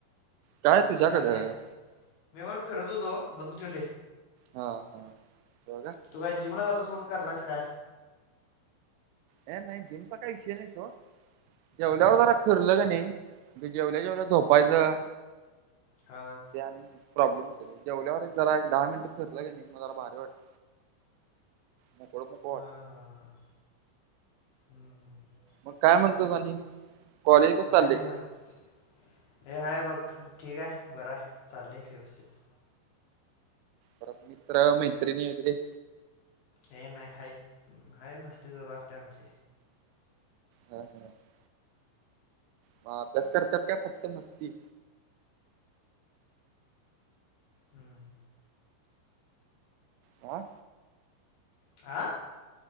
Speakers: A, on the right (about 85°); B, on the left (about 65°).
A: काय
B: हां
A: तुझ्याकडं
B: मी अरे मी पण फिरत होतो. बंद.
A: हा हा जेवलात
B: तू काय जिमला जातोस म्हणून करलायस काय?
A: ह नाही जिमचा काही विषय नाही सोड जेवल्यावर
B: मग
A: जरा फिरलं का नाही. ते जेवलं जेवलं झोपायचं
B: हा
A: आणि प्रॉब्लेम के <unintelligible> जेवल्यावर एक जरा एक दहा मिनट फिरलं ग नाही मग जरा भारी वाटत नाही कोप <unintelligible>
B: हां हां हां <unintelligible>
A: मग काय म्हणतो आणि कॉलेज कसं
B: काय
A: चाललंय
B: नाही बर <unintelligible> हे हाय बघ ठीक आहे बरं आहे चाललं व्यवस्थित
A: परत मित्र मैत्रिणी वगैरे.
B: हे नाही हाय हाय मस्ती दररोज असते. आमची
A: हा हा <unintelligible> म <unintelligible> अभ्यास करतात का फक्त मस्ती
B: हम्म
A: हां
B: आ